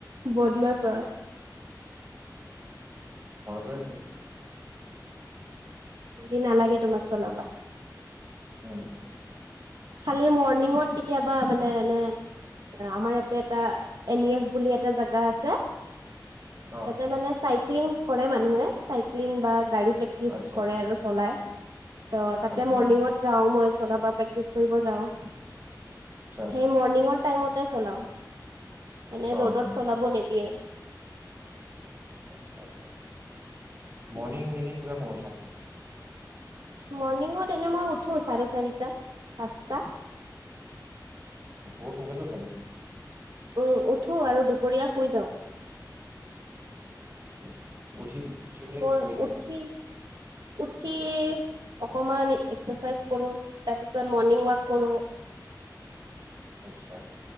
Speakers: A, on the right; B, on the right.
A: বদমাছ হয়।
B: ভয় কৰে।
A: যদি নালাগে তোমাক চলাবা
B: উম।
A: খালি মৰ্ণিঙত কেতিয়াবা মানে এনে আমাৰ ইয়াতে এটা এন ই এফ বুলি এটা জেগা আছে।
B: অ',
A: তাতে মানে চাইক্লিং কৰে মানুহে চাইক্লিং বা গাড়ী প্ৰেক্টিচ
B: আচ্ছা,
A: কৰে আৰু। চলাই ত তাতে
B: আচ্ছা,
A: মৰ্ণিংত যাও মই চলাব প্ৰেক্টিচ কৰিব যাও।
B: ছা
A: সেই মৰ্ণিঙৰ টাইমতে চলাও এনে
B: অ', অ',
A: ৰ'দত চলাব নেদিয়ে।
B: <unintelligible> মৰ্ণিং এনে কিবা কমত উঠা হয়।
A: মৰ্ণিঙত এনে মই উঠো চাৰে চাৰিটাত, পাঁচটা।
B: বহুত শুনকালে উঠা দেখোন।
A: উম উঠো আৰু দুপৰীয়া শুই যাওঁ।
B: <unintelligible> উঠি উঠি পেলাই
A: মই
B: কি কৰি থাকা?
A: উঠি উঠি অকমান এক্সাৰচাইজ কৰো তাৰপিছত মৰ্ণিং ৱাক কৰো।
B: আত্চ্ছা।